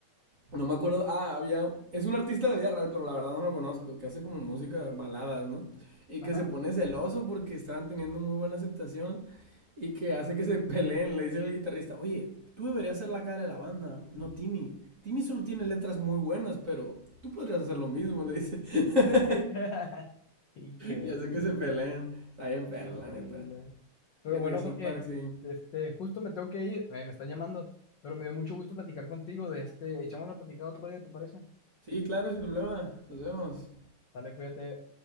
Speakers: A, on the right; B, on the left.
A: No me acuerdo. Ah, había. Es un artista de la vida real, pero la verdad no lo conozco. Que hace como música baladas, ¿no? Y
B: Ajá.
A: que se pone celoso porque estaban teniendo muy buena aceptación. Y que hace que se <laughs> peleen. Le dice el guitarrista: Oye, tú deberías ser la cara de la banda, no Timmy. Timmy solo tiene letras muy buenas, pero tú podrías hacer lo mismo, le dice.
B: <laughs>
A: <laughs>
B: Sí. Increíble.
A: y hace que se peleen. Está bien perla,
B: Increíble.
A: neta.
B: Pero
A: Fíjate
B: bueno,
A: que South
B: Jorge,
A: Park, sí.
B: este, justo me tengo que ir, eh, me están llamando, pero me dio mucho gusto platicar contigo de este, echamos la platicada otro día, ¿te parece?
A: Sí, claro, sin problema. Nos vemos.
B: Dale, cuídate.